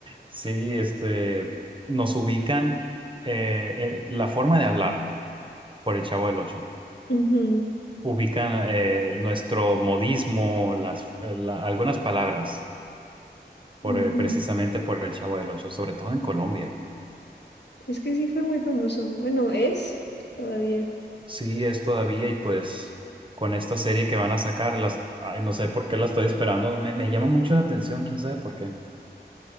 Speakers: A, on the right; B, on the left.
A: Sí, este, nos ubican eh, el- la forma de hablar por el Chavo del Ocho.
B: Ujú,
A: Ubican eh, nuestro modismo, las, la- algunas palabras por
B: ujú.
A: el- precisamente por el Chavo del Ocho, sobre todo en Colombia.
B: Es que sí fue muy famoso. Bueno, es todavía.
A: Sí, es todavía y pues con esta serie que van a sacar, las, ay, no sé por qué la estoy esperando, me, me llama mucho la atención, quién sabe por qué.